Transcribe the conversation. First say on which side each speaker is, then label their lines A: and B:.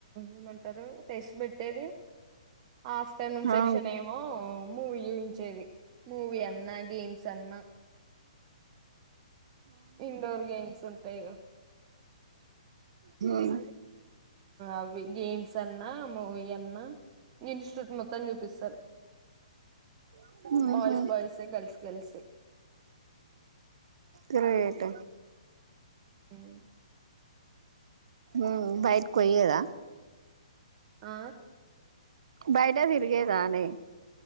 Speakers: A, on the right; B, on the right.
A: ఏమంటరు టెస్ట్ పెట్టేది. ఆఫ్టర్ నూన్ సెక్షన్
B: ఆహా
A: ఏమో మూవీ చూయించేది మూవీ అన్నా, గేమ్స్ అన్నా ఇండోర్ గేమ్స్ ఉంటయి ఇగ
B: హ్మ్
A: అవి గేమ్స్ అన్నా, మూవీ అన్నా ఇన్స్ట్యూట్ మొత్తన్ని చూపిస్తారు.
B: ఉహు
A: బాయ్స్ బాయ్స్ ఏ గర్ల్స్ గర్ల్స్ సీ
B: గ్రేట్
A: హ్మ్
B: ఉ బైటికోయ్యెద
A: ఆ
B: బయట తిరిగేదాని